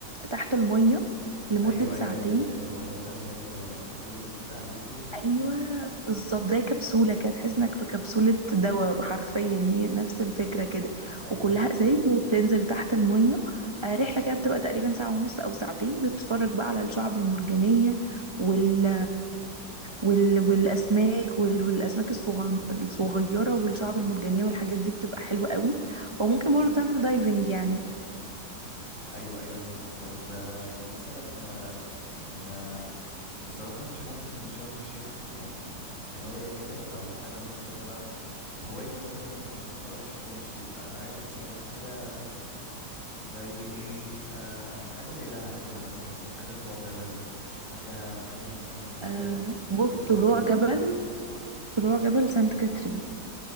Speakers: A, on the right; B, on the left.
A: تحت المية لمدة
B: ايوه
A: ساعتين
B: ايوه ال- الغواصه اللي هي اللي بتبقى مقفوله دي كده عليكو
A: ايوه بالظبط زي كبسولة كده تحس انك في كبسولة دواء حرفيا هي نفس الفكرة كده
B: ايوه
A: وكلها
B: ايوه
A: ازاز وبتنزل تحت المية آه، رحلة كده بتبقى تقريبا ساعة ونص او ساعتين بتتفرج بقى على الشعب المرجانية وال وال... والاسماك وال... والاسماك الصغ... الصغيره والشعاب المرجانيه والحاجات دي بتبقى حلوه قوي وممكن برضه تعمل دايفنج يعني
B: ايوه ايوه فهمت طب آه، يعني مثلا آه، يعني انا بصراحة مش حاسس ان شرم الشيخ يعني هواية كده او حاجة مثلا ان انا هوايتي مثلا إن انا ما اروحش شرم الشيخ لا انا عايز مثلا حاجة زي ايه آه حاجة زي دهب كده مثلا حاجة طلوع جبل حاجة فيها مثلا اللي هي
A: آه
B: ركوب
A: بص
B: البيتش باجي
A: طلوع
B: والحاجات
A: جبل
B: دي
A: طلوع جبل سانت كاترين